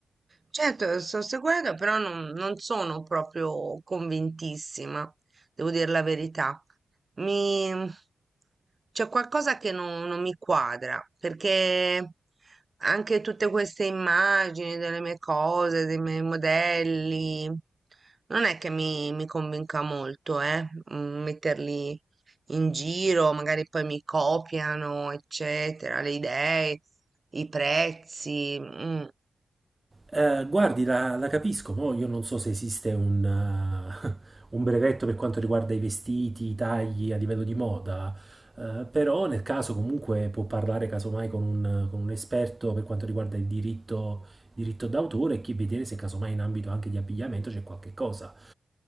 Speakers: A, on the right; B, on the right.
A: certo, lo sto seguendo, però non, non sono proprio convintissima, devo dire la verità. Mi... C'è qualcosa che non, non mi quadra, perché anche tutte queste immagini delle mie cose, dei miei modelli, non è che mi, mi convinca molto, eh, mm, metterli in giro, magari poi mi copiano, eccetera, le idee, i prezzi. mm.
B: Eh, guardi, la, la capisco, mo io non so se esiste un, eh, <laughs> un brevetto per quanto riguarda i vestiti, i tagli a livello di moda, eh, però nel caso comunque può parlare casomai con un, con un esperto per quanto riguarda il diritto, diritto d'autore e chi- vedere se casomai in ambito anche di abbigliamento c'è qualche cosa.